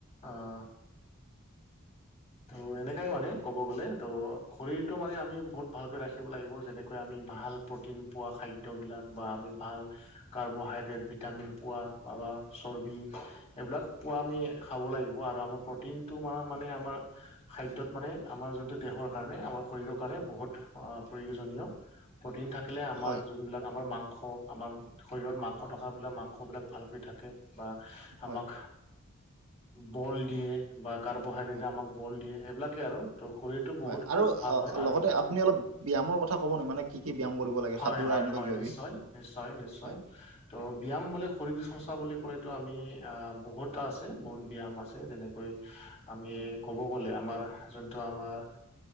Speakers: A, on the left (about 30°); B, on the right (about 85°).
A: আ- ত' এনেকাই মানে ক'ব গ'লে ত' শৰীৰটো মানে আমি বহুত ভালকৈ ৰাখিব লাগিব যেনেকৈ আমি ভাল, প্ৰটিন পোৱা খাদ্যবিলাক বা আমি ভাল, কাৰ্বহাইড্ৰেট, ভিটামিন পোৱা বাবা চৰ্বি, এইবিলাক পোৱা আমি খাব লাগিব আৰু আমাৰ প্ৰটিনটো মানে মানে আমাৰ, খাদ্যত মানে আমাৰ যোনটো দেহৰ কাৰণে আমাৰ শৰীৰৰ কাৰণে বহুত অ প্ৰয়োজনীয়, প্ৰটিন থাকিলে আমাৰ
B: হয়
A: যোনবিলাক আমাৰ মাংস, আমাৰ শৰীৰত মাংস থকাবিলাক মাংসবিলাক ভালকৈ থাকে। বা
B: হয়
A: আমাক বল দিয়ে বা কাৰ্বহাইড্ৰেট
B: হয়।
A: আমাক- বল দিয়ে সেইবিলাকে আৰু ত শৰিৰটো বহুত
B: হয় আৰু
A: খুব ভাল হয়
B: লগতে
A: আৰু।
B: আপুনি অলপ ব্যায়ামৰ কথা ক'ব নে মানে কি ব্যায়াম কৰিব লাগে
A: হয়
B: সাঁতুৰা
A: হয়
B: এনেকুৱা
A: হয়
B: কিবা
A: নিশ্চয়
B: কিবি।
A: নিশ্চয় নিশ্চয়।
B: হয়
A: ত' ব্যায়াম বুলি শৰীৰ বিচন চাবলৈ ক'লেতো আমি আহ বহুটা আছে বহুত ব্যায়াম আছে। যেনেকৈ আমি ক'ব গ'লে আমাৰ যোনটো আমাৰ।